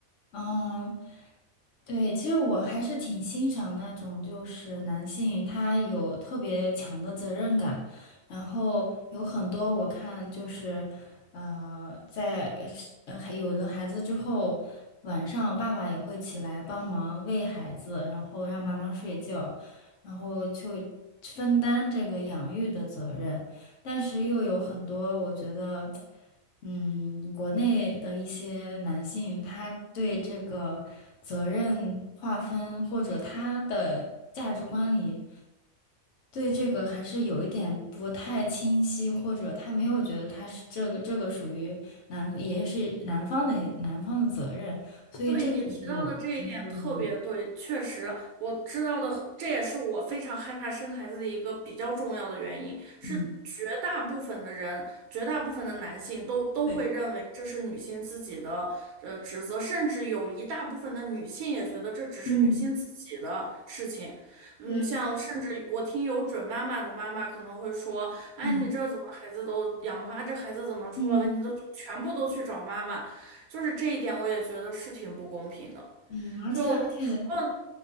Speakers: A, on the left; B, on the right.
A: 嗯，对，其实我还是挺欣赏那种，就是男性他有特别强的责任感，然后有很多我看就是，呃，在呃还有了孩子之后，晚上爸爸也会起来帮忙喂孩子，然后让妈妈睡觉，然后就分担这个养育的责任。但是又有很多，我觉得，嗯，国内的一些男性，他对这个责任划分或者他的价值观里，对这个还是有一点不太清晰，或者他没有觉得他是这个这个属于男，也是男方的男方的责任，所以这个是我难说的一点。
B: 对你提到的这一点特别对，确实我知道的很这也是我非常害怕生孩子的一个比较重要的原因，是绝大部分的人，
A: 嗯，
B: 绝大部分的男性都都会认为这是女性自己的呃职责，
A: 对，
B: 甚至有一大部分的女性也觉得这只是女性自己的事情。
A: 嗯，
B: 嗯，
A: 对，
B: 像甚至我听有准妈妈的妈妈可能会说，哎，
A: 嗯
B: 你这怎么孩子都养不好啊这孩子怎么出了问题都就全部都去找妈妈。
A: 嗯
B: 就是这一点，我也觉得是挺不公平的。
A: 嗯，而且而且。
B: 就除了，